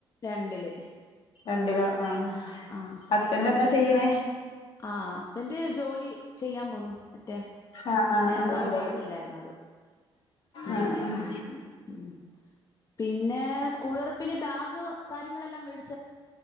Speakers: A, on the left (about 40°); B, on the left (about 60°).
A: രണ്ടില്
B: രണ്ടിലോ ആഹ്
A: ആഹ്
B: ഹസ്ബന്റ്
A: ട്യൂഷ
B: എന്താ ചെയ്യണേ?
A: ആഹ് ഹസ്ബന്റ് ജോലി ചെയ്യാൻ പോന്ന്. മറ്റേ
B: ആഹ് ആഹ്
A: ഞ എന്നാള്
B: ആഹ്
A: പറഞ്ഞില്ലാരുന്നോ അത്. ഉം
B: ആഹ് അഹ്‌.
A: ഉം ഉം ഉം പിന്നെ സ്കൂൾ തൊറപ്പിന് ബാഗ് കാര്യങ്ങളെല്ലാം മേടി